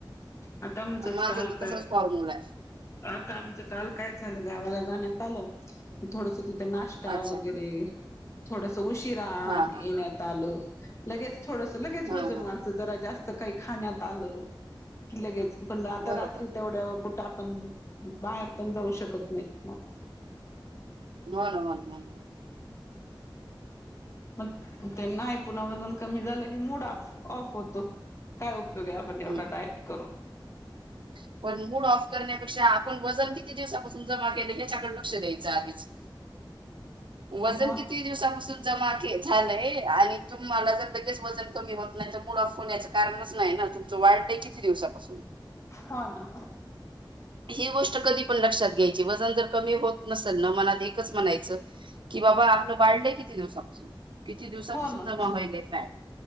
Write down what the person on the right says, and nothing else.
माझा
तर
तसाच फॉर्म्युला
आहे अच्छा
हा हा
हा
हा
बरोबर
बर बर बर.
आहे
हम्म
<inaudible> पण मूड ऑफ करण्यापेक्षा आपण वजन किती दिवसापासून जमा केलं ह्याच्याकडे लक्ष द्यायचं आधीच. वजन
किती दिवसापासून जमा केल झाल. आणि तुम्हाला जर लगेच वजन कमी होत नाही तर मुड ऑफ होण्याच कारणच नाही ना तुमचं वाढलय किती दिवसापासून
ही गोष्ट कधी पण लक्षात घ्यायची वजन जर कमी होत नसेल ना मनात एकच म्हणायचं कि बाबा आपलं बायोटेक किती दिवसापासून किती दिवसापासून
जमा होईलय फॅट.